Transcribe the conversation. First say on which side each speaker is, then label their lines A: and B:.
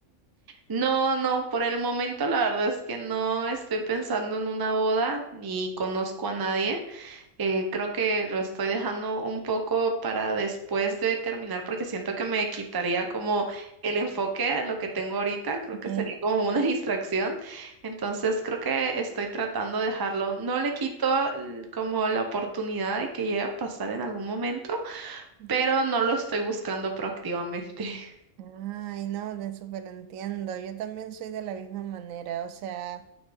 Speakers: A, on the right; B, on the right.
A: No, no, por el momento la verdad es que no estoy pensando en una boda ni conozco a nadie. Eh, creo que lo estoy dejando un poco para después de terminar porque siento que me quitaría como el enfoque a lo que tengo ahorita. Creo
B: Ujú,
A: que sería como una <laughs> distracción. Entonces creo que estoy tratando de dejarlo. No le quito l- como la oportunidad de que llegue a pasar en algún momento,
B: ujú.
A: pero no lo estoy buscando proactivamente. <laughs>
B: Ay, no, te súper entiendo. Yo también soy de la misma manera. O sea,